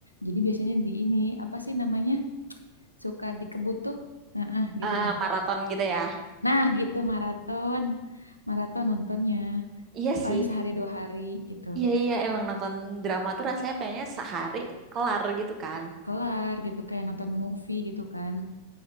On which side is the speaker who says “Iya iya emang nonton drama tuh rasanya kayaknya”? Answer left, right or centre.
Right